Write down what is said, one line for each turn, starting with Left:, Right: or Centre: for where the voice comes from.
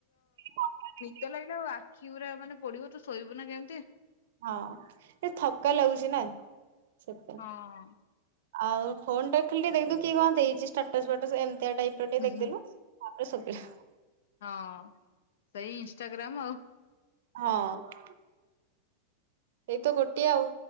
Right: <unintelligible>
Left: ଦ ଲାଗିଲା ଆଉ ଆଖି ଗୁରା ମାନେ ପୋଡ଼ିବ ତୁ ଶୋଇବୁ ନା କେମିତି।
Right: ହଁ ସେ ଥକା ଲାଗୁଛି ନା ସେଥିପାଇଁ।
Left: ହଁ
Right: ଆଉ ଫୋନ୍ ଟା ଖାଲିଟିକେ ଦେଖିଦବୁ କିଏ କଣ ଦେଇଚି ଷ୍ଟାଟସ୍ ଫାଟସ୍ ଏମିତି ଟାଇପ୍ ର ଟିକେ
Left: ହୁଁ
Right: ଦେଖଦେଲୁ।
Left: ହୁଁ
Right: <unintelligible>
Left: ହଁ, ସେଇ ଇନଷ୍ଟାଗ୍ରାମ୍ ଆଉ।
Right: ହଁ। ସେଇ ତ ଗୋଟିଏ ଆଉ।